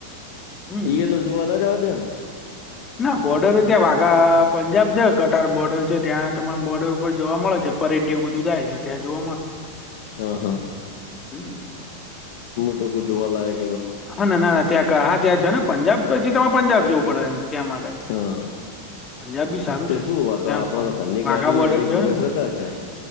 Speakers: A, on the left (about 20°); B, on the left (about 50°).
A: હમ
B: ઈ તો જોવા ના દે ને
A: ના બોર્ડર ત્યાં વાઘા પંજાબ છે કટાર બોર્ડર છે ત્યાં તમાર બોર્ડર ઉપર જોવા મળે છે પરેડ એવું બધું જાય છે ત્યા જો <inaudible>
B: હા હા
A: હમ
B: કો જોવા લાયક
A: હા ના ના ના ત્યાં હા ત્યાં જ ને પંજાબ પછી તમારે પંજાબ જવું પડે એમ ત્યાં માટે
B: હા હા
A: પંજાબ બી સારું
B: તે
A: છે.
B: શું આ
A: ત્યાં
B: તો આપડે તો ઘરની
A: વાઘા
B: ગાડી
A: બોર્ડર
B: હે એક
A: છે.
B: દિવસ વધારે થાય.